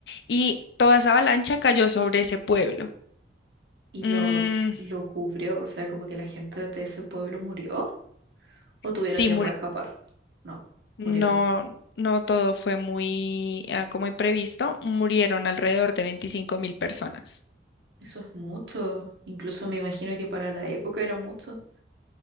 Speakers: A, on the left (about 65°); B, on the right (about 75°).
A: y toda esa avalancha cayó sobre ese pueblo.
B: ¿Y
A: Mm,
B: lo, lo cubrió? O sea, como que la gente de ese pueblo murió o tuvieron
A: sí,
B: tiempo de escapar. No,
A: No,
B: murieron.
A: no todo fue muy ah, como imprevisto. Murieron alrededor de veinticinco mil personas.
B: Eso es mucho. Incluso me imagino que para la época era mucho.